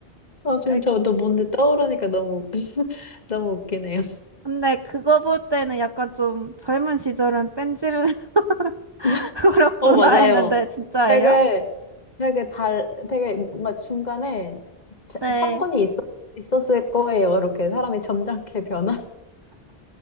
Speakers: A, on the left; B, on the right.
A: 아, 지금
B: 아이,
A: 저도 뭔데 떠오르니까 너무, 웃- <laughs> 너무 웃기네요.
B: 근데 그거 볼 때는 약간 좀 젊은 시절은 뺀질을 <laughs>
A: <laughs>
B: 그렇구나
A: 어, 맞아요.
B: 했는데 진짜예요?
A: 되게 되게 달 되게 뭔가 중간에 자-
B: 네.
A: 사건이 있었, 있었을 거예요. 이렇게 사람이 점잖게 변한.